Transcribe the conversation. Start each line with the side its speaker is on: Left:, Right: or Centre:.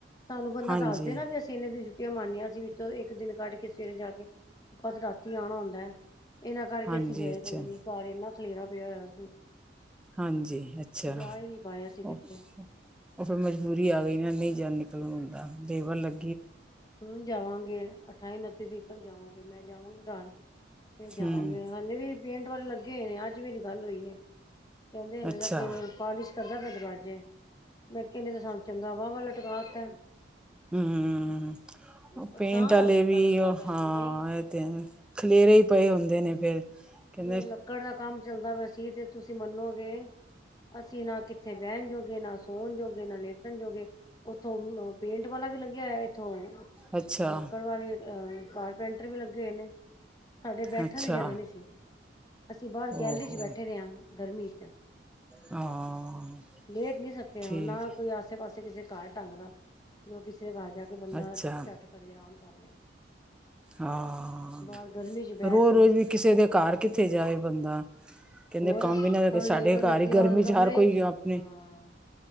Left: ਸਾਨੂੰ ਬੰਦਾ
Centre: ਹਾਂਜੀ
Left: ਦੱਸ ਦੇ ਨਾ ਵੀ ਅਸੀਂ ਇੰਨੇ ਦਿਨ ਛੁੱਟੀਆਂ ਮਾਰਨੀਆਂ ਅਸੀਂ ਵਿੱਚੋਂ ਇੱਕ ਦਿਨ ਕੱਢ ਕੇ ਫਿਰ ਜਾ ਕੇ ਆਪਾਂ ਤੇ ਰਾਤੀ ਆਉਣਾ ਹੁੰਦਾ ਹੈ ਇਹਨਾਂ ਕਰਕੇ
Centre: ਹਾਂਜੀ
Left: ਅਸੀਂ ਗਏ
Centre: ਅੱਛਾ
Left: ਕੋਈ ਨੀ ਘਰ ਇਹਨਾ। ਖਲੇਰਾ ਪਯਾ ਹੋਯਾ
Centre: ਹਾਂਜੀ ਅੱਛਾ।
Left: ਜਾ ਹੀ ਨਹੀਂ ਪਾਏ ਅਸੀਂ ਕਿੱਥੇ
Centre: ਉਹ ਫਿਰ ਮਜਬੂਰੀ ਆ ਗਈ ਨਹੀਂ ਜਾਣੀਪੁਰ ਹੁੰਦਾ ਲੇਬਰ ਲੱ
Left: ਹ ਜਾਵਾਂਗੇ ਅਠਾਈ ਉਨੱਤੀ ਤਰੀਕ ਤੱਕ ਜਾਵਾਂਗੇ ਮੈਂ ਜਾਵਾਂਗੀ ਘ ਫ ਜਾਵਾਂਗੇ
Centre: ਹਮ
Left: ਹਾਲੇ ਵੀ ਪੇਂਟ ਵਾਲੇ ਲੱਗੇ ਹੋਏ ਨੇ ਅੱਜ ਮੇਰੀ ਵੀ ਗੱਲ ਹੋਈ ਹੈ। ਕਹਿੰਦੇ ਹਲੇ
Centre: ਅੱਛਾ
Left: ਤ ਪਾਲਿਸ਼ ਕਰਦਾ ਪਿਆ ਦਰਵਾਜ਼ੇ। ਮੈਂ ਕਿਹਾ ਨਹੀਂ ਤੇ ਸਾਨੂੰ ਚੰਗਾ ਵਾਹ ਵਾ ਲਟਕਾ ਤੇ।
Centre: ਹਮਮਮ
Left: ਪਰੇਸ਼ਾਨ
Centre: ਪੇਂਟ ਵਾਲੇ
Left: ਹੋ ਜਾਂਦਾ
Centre: ਵੀ
Left: ਬੰਦਾ
Centre: ਉਹ
Left: ਭੈਣ
Centre: ਹਾਂ
Left: ਜੀ ਨਹੀਂ
Centre: ਇਹ ਤੇ ਖਲੇਰੇ ਹੀ ਪਏ ਹੁੰਦੇ ਨੇ। ਫਿਰ ਕਹਿੰਦੇ
Left: ਜੇ ਲੱਕੜ ਦਾ ਕੰਮ ਚੱਲਦਾ ਪਇਆ ਸੀ ਤੇ ਤੁਸੀਂ ਮੰਨੋ ਗੇ। ਅਸੀਂ ਨਾ ਕਿੱਥੇ ਬਹਿਣ ਜੋਗੇ ਨਾ ਸੋਣ ਜੋਗੇ ਨਾ ਲੇਟਣ ਜੋਗੇ ਉੱਥੋਂ ਅ ਪੇਂਟ ਵਾਲਾ। ਵੀ ਲੱਗਿਆ ਇੱਥੋਂ
Centre: ਅੱਛਾ
Left: ਲੱਕੜ ਵਾਲੇ ਅਹ ਕਾਰਪੈਂਟਰ ਵੀ ਲੱਗੇ ਹੋਏ ਨੇ। ਸਾਡੇ ਬੈਠਣ
Centre: ਅੱਛਾ
Left: ਦੀ ਜਗ੍ਹਾ ਨਹੀਂ ਸੀ। ਅਸੀਂ ਬਾਹਰ
Centre: ਓਹੋ
Left: ਗੈਲਰੀ ਚ ਬੈਠੇ ਰਹੇ ਹਾਂ ਗਰਮੀ ਚ।
Centre: ਹਾਂ
Left: ਲੇਟ ਨੀ ਸਕਦੇ
Centre: ਠੀਕ
Left: ਉਹ ਨਾ ਕੋਈ ਆਸੇ ਪਾਸੇ। ਕਿਸੇ ਘਰ ਢੰਗ ਦਾ ਜੋ ਕਿਸੇ ਦੇ ਘਰ ਜਾ ਕੇ
Centre: ਹੈ
Left: ਬੰਦਾ
Centre: ਅੱਛਾ
Left: ਝੱਟ ਕੜੀ ਆਰਾਮ ਕਰ ਲਏ।
Centre: ਹਾਂ
Left: ਬਾਹਰ ਗਰਮੀ ਚ ਬੈਠ
Centre: ਰੋਜ਼
Left: ਕੇ
Centre: ਰੋਜ਼ ਵੀ ਕਿਸੇ ਦੇ ਘਰ ਕਿੱਥੇ ਜਾਏ ਬੰਦਾ। ਕਹਿੰਦੇ
Left: ਹੋਰ
Centre: ਕੰਮ
Left: ਹੁਣ
Centre: ਹੀ ਨਾ ਸਾਡੇ
Left: ਲੇਬਰ
Centre: ਘਰ
Left: ਲੱਗੀ
Centre: ਹੀ
Left: ਹੁਣ
Centre: ਗਰਮੀ
Left: ਕਮਰੇ
Centre: ਹਰ ਕੋਈ
Left: ਚ
Centre: ਆਪਣੇ
Left: ਹਾਂ।